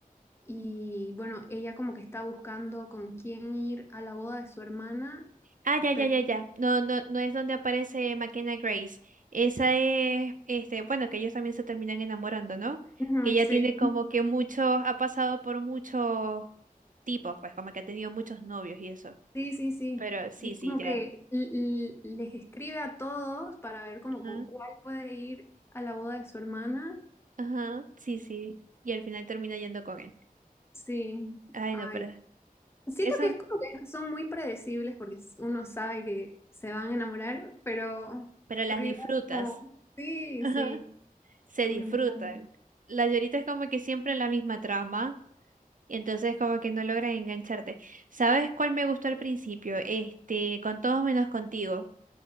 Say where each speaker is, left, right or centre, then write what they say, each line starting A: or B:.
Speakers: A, on the left; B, on the right.
A: y bueno, ella como que está buscando con quién ir a la boda de su hermana,
B: Ah, ya,
A: pero
B: ya, ya, ya. No, no, no es donde aparece McKenna Grace. Esa es, este, bueno, que ellos también se terminan enamorando, ¿no?
A: Ujú,
B: Que ella
A: sí.
B: tiene como que mucho, ha pasado por muchos tipos, pues como que ha tenido muchos novios y eso.
A: Sí, sí, sí.
B: Pero sí,
A: Es
B: sí,
A: como
B: ya.
A: que l- l- les escribe a todos para ver como
B: Ajá,
A: con cuál puede ir a la boda de su hermana.
B: ajá, sí, sí. Y al final termina yendo con él.
A: Sí.
B: Ay,
A: Ay,
B: no, pero
A: Siento
B: eso,
A: que es como que son muy predecibles porque s- uno sabe que se van a enamorar, pero,
B: pero las
A: pero
B: disfrutas.
A: igual como- sí,
B: <laughs> Ajá,
A: sí.
B: se disfrutan.
A: me enc-
B: La llorita es como que siempre la misma trama. Y entonces como que no logran engancharte. ¿Sabes cuál me gustó al principio? Este, con todos menos contigo.